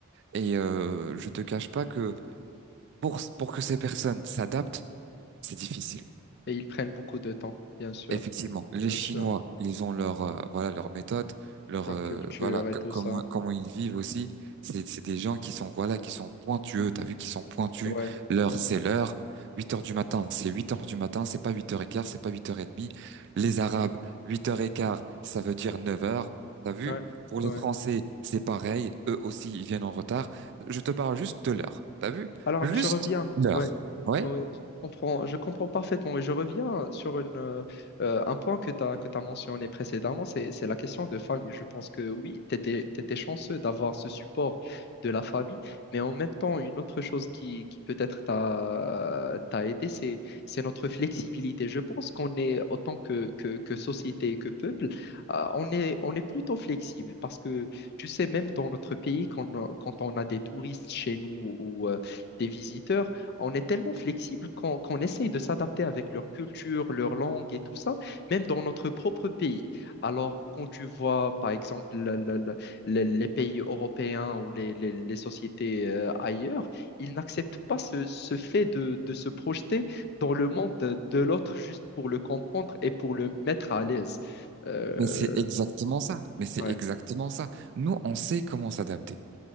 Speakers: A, on the right; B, on the left.
A: Et euh, je te cache pas que pour pour que ces personnes s'adaptent, c'est difficile.
B: Et ils prennent beaucoup de temps, bien sûr,
A: Effectivement, les
B: bien
A: Chinois,
B: sûr.
A: ils ont leur euh, voilà leur méthode, leur
B: Leur
A: euh,
B: culture
A: voilà
B: et
A: co-
B: tout
A: comment
B: ça.
A: comment ils vivent aussi. C'est c'est des gens qui sont voilà qui sont pointueux. T'as vu qu'ils sont pointus.
B: Ouais,
A: L'heure
B: ouais,
A: c'est l'heure. huit heures du matin, c'est 8 heures du matin. C'est pas 8 heures et quart, c'est pas 8 heures et demie. Les Arabes, 8 heures et quart, ça veut dire 9 heures. T'as vu?
B: ouais,
A: Pour
B: ouais.
A: les Français, c'est pareil. Eux aussi, ils viennent en retard. Je te parle juste de l'heure. T'as vu?
B: Alors,
A: Juste
B: je reviens.
A: l'heure.
B: Ouais,
A: Ouais.
B: ouais, je comprends, je comprends parfaitement. Et je reviens sur une, euh, euh, un point que tu as, que tu mentionné précédemment, c'est, c'est la question de famille. Je pense que oui, tu étais, chanceux d'avoir ce support de la famille, mais en même temps, une autre chose qui, qui peut-être t'a, t'a aidé, c'est, c'est notre flexibilité. Je pense qu'on est, autant que, que, que société et que peuple, euh, on est, on est plutôt flexible parce que, tu sais, même dans notre pays, quand, quand on a des touristes chez nous ou euh, des visiteurs, on est tellement flexible qu'on qu'on essaye de s'adapter avec leur culture, leur langue et tout ça, même dans notre propre pays. Alors, quand tu vois, par exemple, le- le- le- le- les pays européens ou les, les- les sociétés euh, ailleurs, ils n'acceptent pas ce, ce fait de, de se projeter dans le monde de, de l'autre juste pour le comprendre et pour le mettre à l'aise. Euh,
A: Mais c'est exactement ça. Mais c'est
B: ouais,
A: exactement ça. Nous, on sait comment s'adapter.